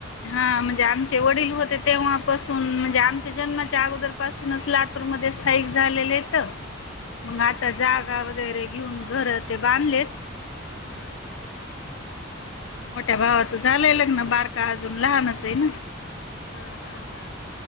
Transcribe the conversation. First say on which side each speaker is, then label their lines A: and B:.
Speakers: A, on the left; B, on the left.
A: हा म्हणजे आमचे वडील होते तेव्हापस म्हणजे आमच्या जन्माच्या
B: हम्म
A: अगोदर पासुन म्हणूनच लातूरमध्ये स्थायिक झालेलेत
B: हा
A: मग आता
B: हा हा
A: जागा
B: हा
A: वगरे घेऊन घरं ते बांधलेत
B: हा हा हा
A: मोठ्या भावाचं झालंय लग्न बारका अजून लहानच हाय ना.
B: हा हा हा